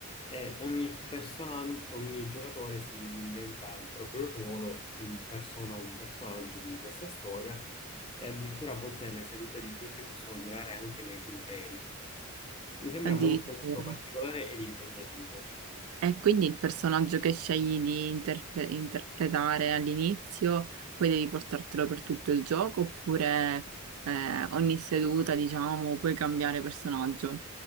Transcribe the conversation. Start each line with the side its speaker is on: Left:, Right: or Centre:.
Left: e ogni persona, ogni giocatore si inventa il proprio ruolo, in persona un personaggio di questa storia e addirittura a volte le sedute di giochi possono durare anche mesi interi. Mi sembra
Right: addirittura.
Left: molto molto particolare ed impegnativo.
Right: E quindi il personaggio che scegli di interpre- interpretare all'inizio, poi devi portartelo per tutto il gioco, oppure eh, ogni seduta, diciamo, puoi cambiare personaggio.